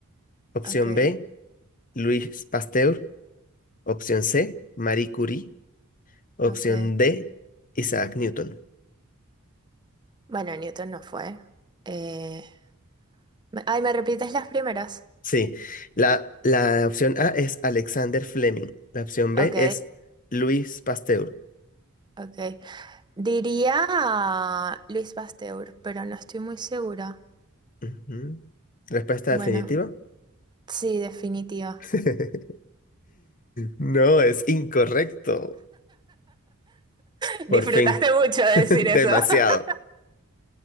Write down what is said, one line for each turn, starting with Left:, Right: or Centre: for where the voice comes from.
Left: Opción
Right: Ok,
Left: B, Luis Pasteur, opción C, Marie Curie, opción
Right: ok.
Left: D, Isaac Newton.
Right: Bueno, Newton no fue. Eh, me- ay, ¿me repites las primeras?
Left: Sí, la, la opción A es Alexander Fleming, la opción B
Right: Ok,
Left: es Luis Pasteur.
Right: ok. Diría ah, Luis Pasteur, pero no estoy muy segura.
Left: Ujú. Respuesta
Right: Bueno,
Left: definitiva.
Right: sí, definitiva.
Left: <laughs> No, es incorrecto.
Right: <laughs>
Left: Por
Right: Disfrutaste
Left: fin.
Right: mucho de
Left: <laughs>
Right: decir eso.
Left: Demasiado,
Right: <laughs>